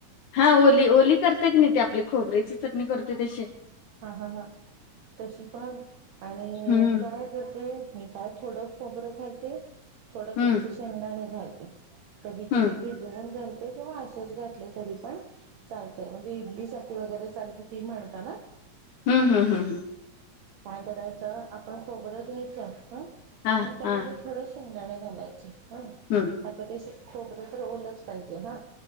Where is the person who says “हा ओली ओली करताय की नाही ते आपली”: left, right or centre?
Left